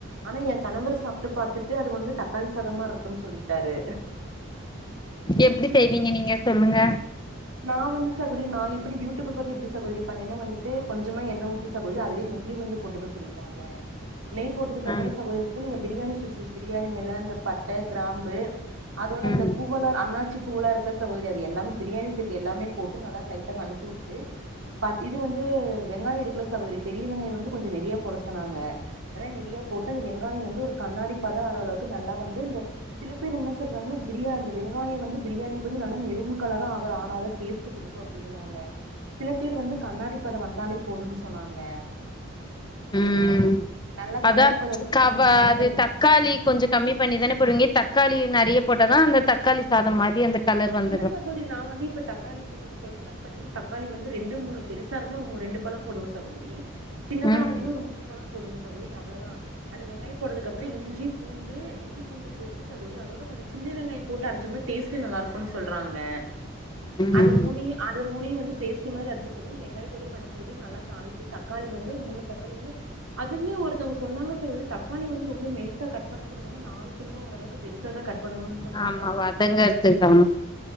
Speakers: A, on the right; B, on the left.
A: ஆனா எ கணவரு சாப்ட்டு பாத்துட்டு அது வந்து தக்காளி சாத மாரி இருக்குன் சொல்லிட்டாரு
B: எப்படி செய்வீங்க நீங்க சொல்லுங்க
A: நா வந்து சகோதரி நா எப்படி யூடியூப் பத்தி எப்படி சகோதரி பண்ணின்னா வந்துட்டு கொஞ்சமா எண்ணய ஊத்தி சகோதரி அதுலயெ நெய் வந்து போட்டுக்க சொல்லிட்டாங்க நெய் போட்டது
B: ஆ
A: அப்புறோ சகோதரி நீங்க பிரியாணி சில்சிஸ் பிரியாணி இலை இந்த பட்ட கிராம்பு அதோட
B: ம்
A: இந்த பூவெல்லா அண்ணாச்சி பூவெலா இருக்கல்ல சகோதரி அது எல்லாமே பிரியாணி எல்லாமே போட்டு நல்லா லைட் டா வனக்கி விட்டுட்டு இது வந்து வெங்காயோ இருக்குல்ல சகோதரி பெரிய வெங்காயோ வந்து கொஞ்சோ நிறையா போட சொன்னாங்க அதல்ல நிறையா போட்டு அந்த வெங்காயோ வந்து ஒரு கண்ணாடி பதோ வர்ர அளவுக்கு நல்லா வந்து இந்த சில பேர் என்ன சொல்றாங்கன்னா பிரியா அந்த வெங்காயோ வந்து பிரியாணிக்கு வந்து நல்லா மெருன் கலரா ஆ னாதா டேஸ்ட் குடுக்கு அப்படிங்கிறாங்க சில பேர் வந்து கண்ணாடி பதோ வந்தாலே போதும்ன்னு சொன்னாங்க
B: உம்
A: நல்லா
B: அதா
A: கண்ணாடி
B: ப்ச்
A: பத வரைக்கு
B: கா
A: வணக்கிட்டு
B: அது தக்காளி கொஞ்சோ கம்மி பண்ணிதானே போடுவீங்க தக் தக்காளி நெறயா போட்டதா அந்த தக்காளி சாதம் மாரி அந்த கலர் வந்துரு
A: இல்ல சகோதரி நா வந்து இப்ப தக்காளி இப்ப நீங்க சொல்ற மாரி பாத்தீங்கன்னா தக்காளி வந்து ரெண்டு மூணு பெருசா இருந்த ஒரு ரெண்டு பழம் போடுவ சகோதரி சின்னதா
B: ம்
A: இருந்தேனா ஒரு மூனு பழம் போடுவன் சகோதரி அவ்ளவுதா அந்த வெங்காயோ போட்டதுக்கு அப்புறோ இஞ்சி பூண்டு இஞ்சி பூண்டு போட்டு சகோதரி அதோட கொஞ்சோ சின்ன வெங்காயோ போட்டு அரச்சம்னா டேஸ்ட் நல்லாயிருக்கு ஒன்னு சொல்றாங்க
B: ம்
A: அது மூணுயு அது மூனையு வந்து பேஸ்ட் மாரி அரச்சிட்டு வெங்காயத்தோட வனக்கி விட்டு நல்லா தாளிச்சு தக்காளி வந்து ஒரு மூணு தக்காளி வந்து அதுமே ஒருத்தவங்க சொன்னாங்க சேரி விடு தக்காளி வந்து ரொம்போ மெலிசா கட் பண்ண கூடாதாமா நாலு துண்டா ஓரளவுக்கு பெரிசாதா கட் பண்ணணும்னு சொன்னாங்க
B: ஆமா வதங்கறத்துக்கு ஆமா